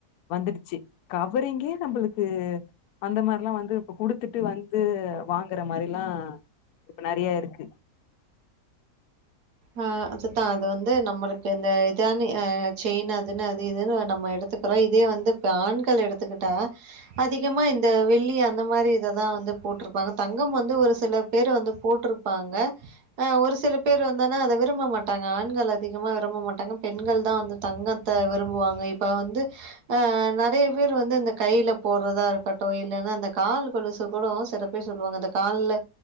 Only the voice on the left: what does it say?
வந்திடுச்சி கவறிங்கே நம்புளுக்கு அந்த மார்லா வந்து இப்ப குடுத்துட்டு வந்து வாங்கற மாரிலா இப்ப நறைய இருக்கு